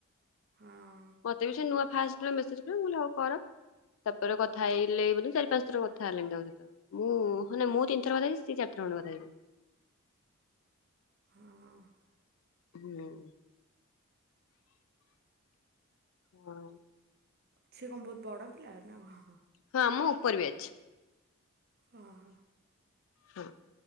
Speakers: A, on the right; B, on the left.
A: ହଁ।
B: ମତେ ବି ସେ ନୂଆ ଫାଷ୍ଟ ରେ ମେସେଜ କରେ ମୁ କହିଲି ହଉ କର। ର କଥା ହେଇଲେ ବ ଚାରି ପାଞ୍ଚ ଥର କଥା ହେଲିଣି ତାଙ୍କ ସହିତ ମୁଁ ହେନେ ମୁଁ ତିିନି ଥର କଥା ହେଇଛି ସିଏ ଚାର ଥର ଖଣ୍ଡେ କଥା ହେଇଛନ୍ତି।
A: ହଁ।
B: ହୁଁ। ହଁ।
A: ସେ କଣ ବହୁତ ବଡ ପିଲା ନା କଣ?
B: ହଁ ମୋ ଉପର ବ୍ୟାଚ୍।
A: ହଁ ହଁ।
B: ହଁ